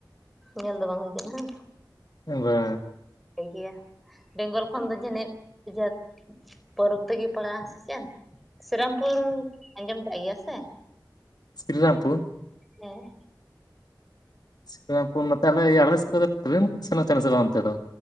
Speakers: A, in the centre; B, on the left.
A: ᱧᱮᱞ ᱫᱚ ᱵᱟᱝ ᱦᱩᱭ ᱟᱠᱟᱱᱟ ᱦᱮᱸ
B: ᱵᱟᱝ
A: ᱜᱮᱭᱟ ᱵᱮᱝᱜᱚᱞ ᱠᱷᱚᱱ ᱫᱚ ᱡᱟᱹᱱᱤᱪ ᱡᱟᱹᱛᱼᱼ ᱯᱚᱨᱚᱵᱽ ᱛᱮᱜᱮ ᱯᱟᱲᱟᱜᱼᱟ ᱥᱮ ᱪᱮᱫ? ᱥᱤᱨᱟᱢᱯᱩᱨ ᱟᱸᱡᱚᱢ ᱠᱟᱜ ᱜᱮᱭᱟ ᱥᱮ?
B: ᱥᱤᱨᱤ ᱨᱟᱢᱯᱩᱨ
A: ᱦᱮᱸ
B: ᱥᱤᱨᱤᱨᱟᱢᱯᱩᱨ ᱱᱚᱛᱮ ᱟᱠᱮ ᱟᱠᱮ ᱥᱮᱫ ᱠᱷᱚᱱ ᱫᱚ ᱴᱨᱮᱱ ᱠᱟᱫᱚ ᱥᱮᱱᱚᱜ ᱛᱟᱦᱮᱱᱟ ᱥᱮ ᱵᱟᱝ? ᱚᱱᱛᱮ ᱫᱚ